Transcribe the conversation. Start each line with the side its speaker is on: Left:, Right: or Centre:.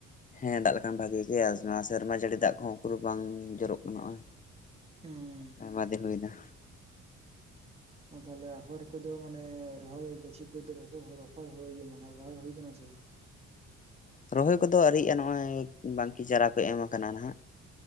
Left: ᱦᱮᱸ ᱫᱟᱜ ᱞᱮᱠᱷᱟᱱ ᱵᱷᱟᱹᱜᱤ ᱜᱮ ᱱᱚᱣᱟ ᱥᱮᱨᱢᱟ ᱡᱟᱹᱲᱤ ᱫᱟᱜ ᱠᱚᱦᱚᱸ ᱩᱠᱩᱨ ᱵᱟᱝ ᱡᱚᱨᱚᱜ ᱠᱟᱱᱟ ᱱᱚᱜᱼᱚᱭ
Right: ᱦᱩᱸ
Left: ᱟᱭᱢᱟ ᱫᱤᱱ ᱦᱩᱭ ᱱᱟ
Right: ᱦᱚᱸ ᱛᱟᱦᱚᱞᱮ ᱟᱯᱷᱚᱨ ᱠᱚᱫᱚ ᱢᱟᱱᱮ ᱨᱚᱦᱚᱭ ᱜᱟᱹᱪᱷᱤ ᱠᱚᱫᱚ <unintelligible> ᱢᱟᱱᱮ ᱨᱚᱦᱚᱭ ᱦᱩᱭ ᱠᱟᱱᱟ ᱥᱮ ᱵᱟᱝ
Left: ᱨᱚᱦᱚᱭ ᱠᱚᱫᱚ ᱟᱹᱣᱨᱤᱭᱟᱜᱼᱟ ᱱᱚᱜᱼᱚᱭ ᱵᱟᱝᱠᱤ ᱪᱟᱨᱟ ᱠᱚ ᱮᱢ ᱟᱠᱟᱱᱟ ᱱᱟᱦᱟᱜ